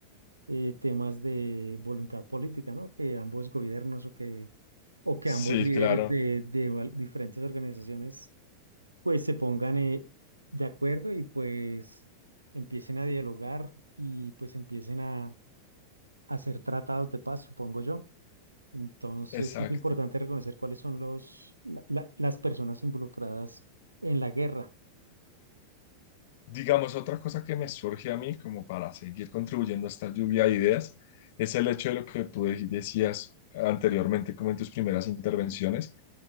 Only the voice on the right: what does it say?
eh, temas de voluntad política, ¿no? Que ambos gobiernos o que, o que
ambos líderes
de, de val- diferentes organizaciones, pues se pongan eh, de acuerdo y pues empiecen a dialogar y pues empiecen a hacer tratados de paz, supongo yo. Entonces,
sí es importante reconocer cuáles son los, la- la- las personas involucradas en la guerra.